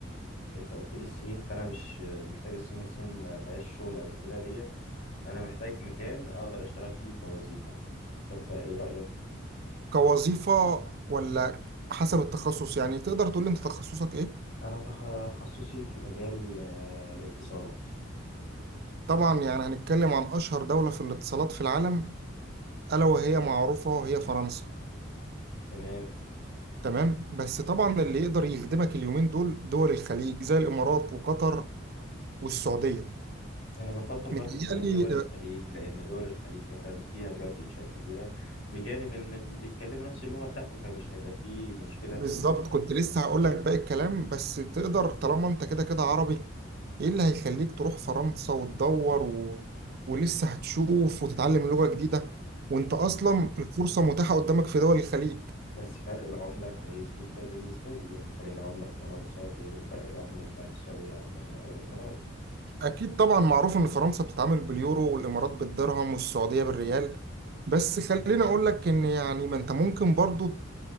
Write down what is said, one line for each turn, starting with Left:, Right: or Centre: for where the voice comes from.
Left: انت قلت لي الصين فانا مش محتاج الصين الصين ما فيهاش شغل قد كده ليا انا محتاج مكان اقدر اشتغل فيه كوظيفة فانت ايه رأيك
Right: كوظيفة ولا حسب التخصص يعني تقدر تقول لي انت تخصصك ايه
Left: انا تخصصي في مجال آه، الاتصالات
Right: طبعا يعني هنتكلم عن اشهر دولة في الاتصالات في العالم الا وهي معروفة وهي فرنسا
Left: تمام
Right: تمام بس طبعا اللي يقدر يخدمك اليومين دول دول الخليج زي الامارات وقطر والسعودية
Left: يعني أنا بفضل برضو
Right: متهيألي
Left: تكون الدول الخليج لأن دول الخليج مثلا فيها دلوقتي إنشاءات كتيرة بجانب إن اللي بيتكلموا نفس اللغة بتاعتي فمش هيبقى فيه مشكلة
Right: بالظبط
Left: في ال...
Right: كنت لسه هقول لك باقي الكلام بس تقدر طالما انت كده كده عربي ايه اللي هيخليك تروح فرنسا وتدور و... ولسه هتشوف وتتعلم لغة جديدة وانت اصلا الفرصة متاحة قدامك في دول الخليج
Left: بس فرق العملة كويس جدا بالنسبة لي يعني فرق العملة في فرنسا غير فرق العملة بتاعت السعودية أو قطر أو الإمارات
Right: اكيد طبعا معروف ان فرنسا بتتعامل باليورو والامارات بالدرهم والسعودية بالريال بس خليني اقول لك ان يعني ما انت ممكن برضو